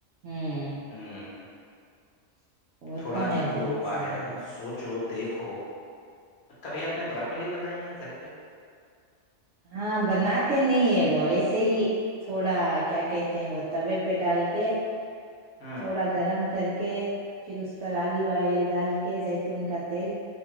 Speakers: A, on the right; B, on the left.
A: ہوں
B: ہوں
A: وہ
B: تھوڑا
A: تو ہیں
B: نکلو
A: بہت
B: باہر
A: سارے ہیں
B: سوچو دیکھو کبھی آپ نے براکلی بنائی ہے گھر پہ
A: ہاں بناتے نہیں ہیں وہ ایسے ہی تھوڑا کیا کہتے ہیں وہ توے پہ ڈال کے
B: ہ
A: تھوڑا گرم کر کے پھر اس پر آلو آئل ڈال کہ زیتون کا تیل